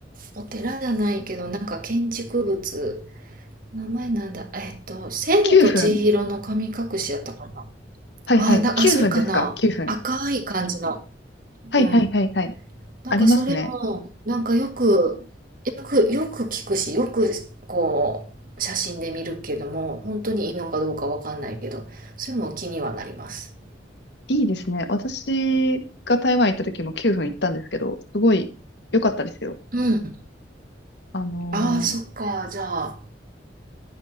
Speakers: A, on the right; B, on the left.
A: お寺じゃないけど、なんか建築物、名前なんだ、えっと、千と千尋の神隠しやったかな。
B: 9分。はいはい。
A: あ、な、
B: 9分ですか。
A: あ、それかな。
B: 9分。
A: 赤い感じの。
B: はいはいはいはい。
A: うん。なんかそれも、
B: ありますね。
A: なんかよく、よく、よく聞くし、よく、こう、写真で見るけども、本当にいいのかどうかわかんないけど、それも気にはなります。
B: いいですね。私が台湾行った時も9分行ったんですけど、すごい良かったですよ。
A: うん。
B: あのー
A: ああ、そっか。じゃあ、